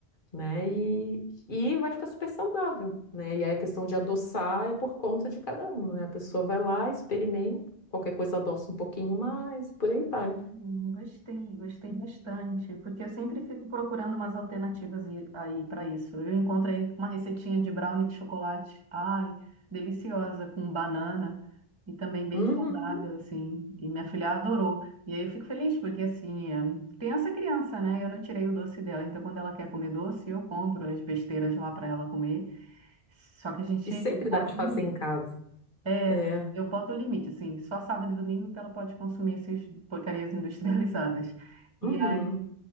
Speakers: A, on the left; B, on the right.
A: né? E, e vai ficar super saudável, né? E aí a questão de adoçar é por conta de cada um, né? A pessoa vai lá, experimenta, qualquer coisa adoça um pouquinho mais e por aí vai.
B: Hum, Gostei, gostei bastante, porque eu sempre fico procurando umas alternativas e- aí para isso. Eu encontrei uma receitinha de brownie de chocolate, ai, deliciosa, com banana e também bem
A: Uhum.
B: saudável, assim. E minha filha adorou. E aí eu fico feliz, porque assim, é, criança é criança, né? Eu não tirei o doce dela, então quando ela quer comer doce, eu compro as besteiras lá para ela comer. Só que a gente
A: E sempre
B: bota
A: dá de
B: no
A: fazer
B: limite.
A: em casa.
B: É,
A: É.
B: eu boto o limite, assim, só sábado e domingo que ela pode consumir essas porcarias industrializadas. E
A: Uhum.
B: aí,